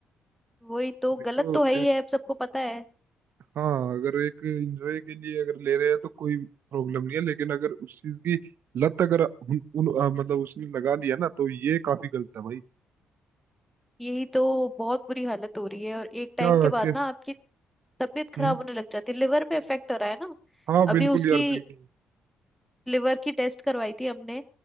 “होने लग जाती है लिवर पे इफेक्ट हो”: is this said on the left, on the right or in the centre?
Centre